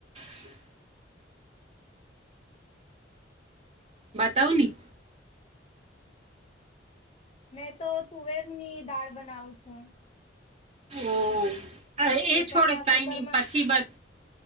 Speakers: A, on the right; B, on the left.
A: <unintelligible> બતાવની.
B: મેં તો તુવેરની દાળ બનાવું છું.
A: ઓહ! અ એ છોડ
B: પેલા
A: કાંઈ
B: કુકરમાં
A: નઈ પછી બત